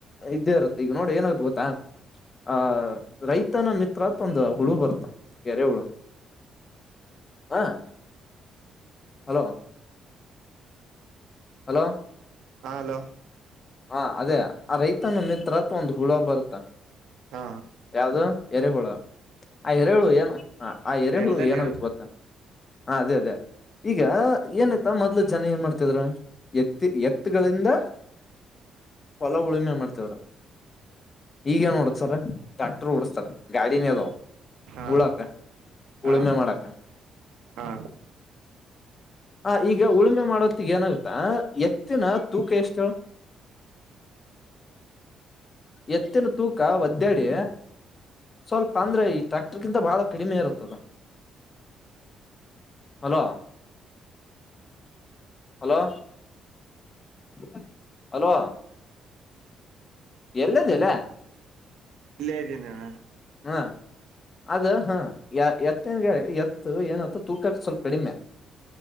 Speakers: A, on the left; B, on the right.
A: ಇದ್ದೇ ಇರುತ್ತೆ ಈಗ ನೋಡಿ ಏನ ಗೊತ್ತಾ ಆ ರೈತನ ಮಿತ್ರತ್ ಒಂದು ಹುಳು ಬರ್ತ ಳ ಹ ಹಲೋ ಹಲೋ
B: ಹಾ ಹಲೋ
A: ಹ ಅದೇ ಆ ರೈತನ ಮಿತ್ರ ಅತ್ ಒಂದು ಹುಳ ಬರುತ್ತ
B: ಹಾ
A: ಯದು ಎರೆಹೋಳ ಆ ಎರೆಹುಳು ಏನು ಹ ಆ ಎರೆಹುಳು
B: ನೆಲದಲ್ಲಿ
A: ಏನಾಗುತ್ತ
B: ಇರುತ್ತೆ
A: ಗೊತ್ತೆ ಹ ಅದೇ ಅದೇ ಈಗ ಏನತ್ತ ಮೊದ್ಲು ಜನ ಏನ್ ಮಾಡ್ತಿದ್ ಎತ್ತಿ ಎತ್ಗಳಿಂದ ಹೊಲ ಉಳುಮೆ ಮಾಡ್ತವರು ಈಗ ಏನ್ ಓಡ್ತಾರ ಟ್ಯಾಕ್ಟರ್ ಓಡಸ್ತಾರ ಗಾಡಿನ ಅದಾವ
B: ಹಾ
A: ಉಳಕ
B: ಹಾ
A: ಉಳುಮೆ ಮಾಡಕ
B: ಹಾ
A: ಆ ಈಗ ಉಳುಮೆ ಮಾಡೋತ್ತಿಗೆ ಏನಾಗುತ್ತ ಎತ್ತಿನ ತೂಕ ಎಷ್ಟು ಎತ್ ಮತ್ತಿನ ತೂಕ ಒದ್ದಡಿ ಸ್ವಲ್ಪ ಅಂದ್ರೆ ಈ ಟ್ರಕ್ಟರ್ಗಿಂತ ಬಹಳ ಕಡಿಮೆ ಇರುತ್ತದೆ ಹಲೋ ಹಲೋ ಹ ಹಲೋ ಎಲ್ಲದಲ್ಲ
B: ಇಲ್ಲೇ ಇದ್ದೀನಿ ನಾನ
A: ಹಾ ಅದ ಹಾ ಎತ್ತನ್ ಎತ್ತು ಏನತ್ತ ತೂಕಕ್ಕೆ ಸ್ವಲ್ಪ ಕಡಿಮೆ